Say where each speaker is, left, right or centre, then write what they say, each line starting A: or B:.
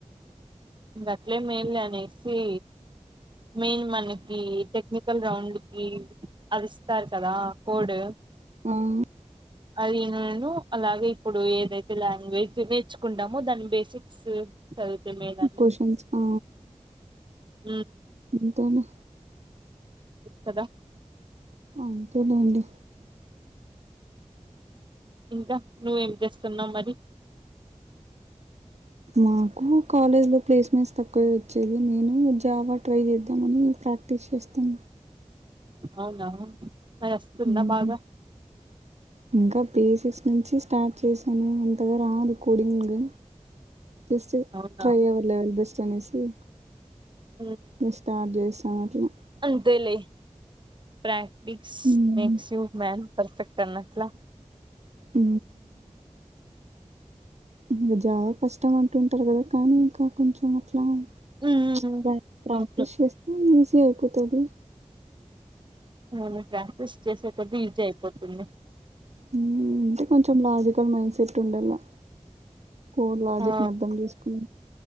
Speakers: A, on the right; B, on the right.
A: ఇంగ అట్లే మేలనేసి మెయిన్ మనకి టెక్నికల్ రౌండ్ కి అదిస్తారు కదా కోడ్
B: ఆవును
A: అది నేను అలాగే ఇప్పుడు ఏదైతే లాంగ్వేజ్ నేర్చుకుంటామో దాని బేసిక్ సు చదివితే మేలని
B: క్వశ్చన్స్ ఆ
A: ఉ
B: ఇంతోనే
A: కదా
B: అంతేలేండి
A: ఇంకా నువ్వేమ్ చేస్తున్నావ్ మరి
B: మాకు కాలేజ్ లో ప్లేస్మెంట్స్ తక్కువే వచ్చేది నేను జావా ట్రై చేద్దామని ప్రాక్ టీష్ చేస్తున్న
A: అవునా ఆయస్తుందా
B: మ్మ్
A: బాగా
B: ఇంకా బేసిక్స్ నుంచి స్టార్ట్ చేశాను అంతగా రాదు కూడింగు జస్ట్
A: అవునా
B: ట్రై అవర్ లేవల్ బెస్ట్ అనేసి
A: ఉమ్
B: నె స్టార్ట్ చేసా అట్లా
A: అంతేలే practice
B: hmm
A: makes you man perfect అన్నట్లా.
B: ఊ ఇంకా జావ కష్టం అంటుంటారు కదా కానీ ఇంకా కొంచెం అట్లా
A: ఉమ్
B: ప్చ్ ప్రా ప్రాక్టీస్
A: అవును
B: చేస్తే ఈజీ అయిపోతది
A: మోను ప్రాక్టీస్ చేసే కొద్ది ఈజి అయిపోతుంది
B: ఊ అంటే కొంచెం లాజికల్ మైండ్ సెట్ ఉండల్లా కోడ్ లాజిక్
A: ఆ
B: ని అర్థం చేసుకుని